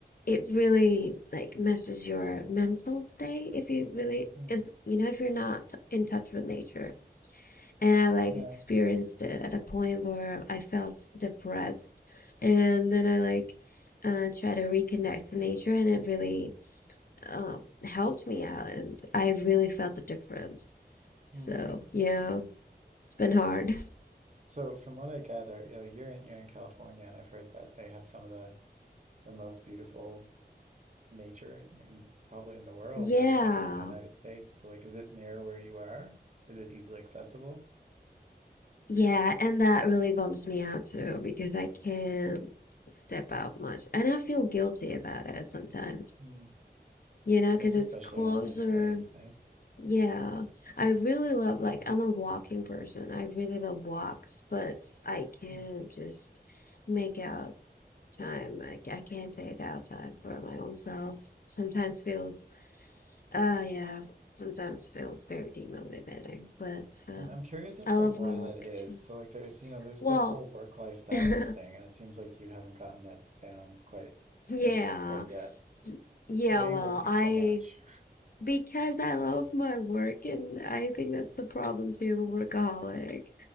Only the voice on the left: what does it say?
it really like messes your mental state if you really
is you know if you're not in touch with nature and I like
experienced it at a point where I felt depressed, and then I like uh, try to reconnect to nature, and it really uh, helped me out, and I really felt the difference. So
yeah, it's been hard. <laughs>
Yeah,
yeah, and that really bums me out too because I can't step out much, and I feel guilty about it sometimes,
you know,
because
it's
closer
Yeah, I really love like I'm a walking person. I really love walks, but I can't
just make out time. I, I can't take out time for my own self. Sometimes feels uh yeah, sometimes feels very demotivating, but um,
I
love
my work
too.
Well,
<laughs>
yeah.
Yeah,
well,
I
because I love my work and I think that's the problem too. I'm a workaholic.